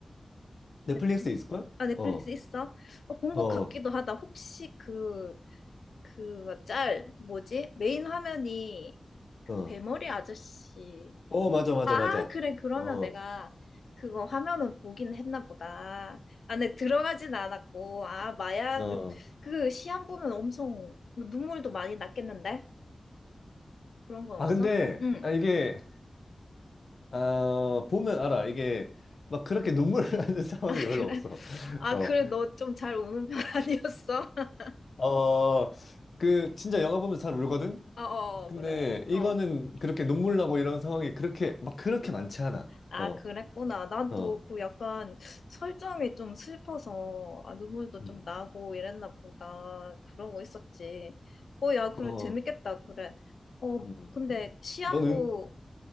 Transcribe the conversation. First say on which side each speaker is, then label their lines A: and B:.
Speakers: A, on the left; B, on the left.
A: 넷플릭스
B: 넷,
A: 있을걸?
B: 아, 넷플릭스
A: 어.
B: 있어? 어, 본
A: 어.
B: 것 같기도 하다. 혹시 그, 그 짤, 뭐지? 메인 화면이 그
A: 어.
B: 대머리 아저씨
A: 어, 맞아, 맞아,
B: 아,
A: 맞아.
B: 그래. 그러면
A: 어,
B: 내가 그거 화면은 보긴 했나 보다. 안에 들어가진 않았고, 아, 마약,
A: 어.
B: 그 시한 보면 엄청 눈물도 많이 났겠는데? 그런 건
A: 아,
B: 없어?
A: 근데,
B: 응.
A: 아, 이게, 아, 보면 알아. 이게, 막 그렇게 눈물 <laughs> 나는
B: <laughs>
A: 상황이
B: 아,
A: 별로
B: 그래?
A: 없어.
B: 아,
A: 어,
B: 그래. 너 좀 잘 우는 편 아니었어? <laughs>
A: 어, 그, 진짜 영화 보면 잘 울거든?
B: 어, 어,
A: 근데
B: 그래.
A: 이거는
B: 어.
A: 그렇게 눈물 나고 이런 상황이 그렇게, 막 그렇게 많지 않아.
B: 아,
A: 어,
B: 그랬구나. 난
A: 어,
B: 또 그 약간 설정이 좀 슬퍼서 아, 눈물도
A: 음.
B: 좀 나고 이랬나 보다. 그러고 있었지. 어, 야, 그래,
A: 어,
B: 재밌겠다. 그래. 어,
A: 음.
B: 근데 시한부,
A: 너는?